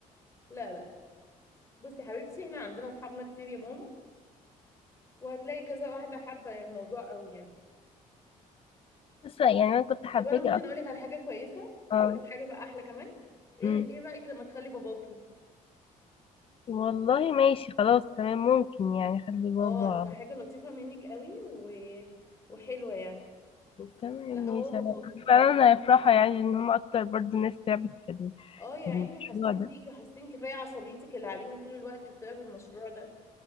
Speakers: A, on the left; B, on the left.
A: لا لا بصي يا حبيبتي احنا عندنا اصحابنا كتير يا ماما وهتلاقي كذا واحده حابه الموضوع قوي يعني
B: بس لا، يعني انا كنت حباكي
A: طب انا ممكن
B: اكتر
A: اقولك على حاجه كويسه
B: اه
A: هقولك حاجه بقى احلى كمان ايه
B: أمم.
A: ايه رايك لما تخلي باباكي
B: والله ماشي خلاص تمام ممكن يعني خلي بابا
A: اه هتبقى حاجه لطيفه منك قوي و... وحلوه يعني
B: تمام
A: لا
B: ماشي
A: هو باباكي
B: انا فعلا هيفرحوا يعني ان هم اكتر برضو ناس تعبت في ال-
A: اه يا
B: في
A: عيني
B: المشروع
A: حاسين
B: ده
A: بيكي وحاسين كفايه عصبيتك اللي عليهم طول الوقت بسبب المشروع ده